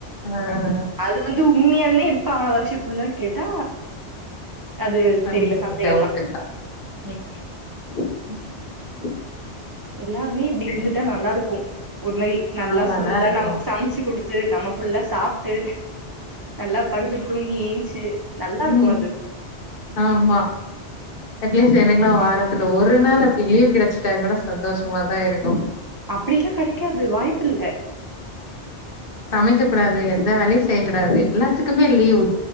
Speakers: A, on the left; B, on the right.
A: ஆஹ்
B: இது வந்து உண்மியாலுமே எடுத்தாங்க வர்ஷி ஃபுல்லா கேட்டா அது
A: சந்தேக
B: தெரில சந்தேகந்தா
A: டவுட்டு தா
B: ம்
A: <inaudible>
B: எல்லாருமே இப்டி
A: சரி
B: இருந்துட்டா நல்லாருக்கு ஒரு மாரி நல்லா
A: நல்லாதா
B: ஃபுல்லா
A: இருக்கு
B: நமக்கு சமச்சு குடுத்து நம்ம ஃப் ஃபுல்லா சாப்டுட்டு நல்லா படுத்து தூங்கி ஏஞ்சு நல்லாருக்கு
A: ம்
B: அது
A: ஆமா அட்லீஸ்ட் எனக்லா வாரத்துல ஒரு நாள் அப்டி லீவ் கிடச்சிட்டா கூட சந்தோஷமாதா இருக்கு
B: அப்டிலா கெடைக்காது வாய்ப்பில்ல
A: சமைக்க கூடாது எந்த வேலயு செய்யக்கூடாது எல்லாத்துக்குமே லீவு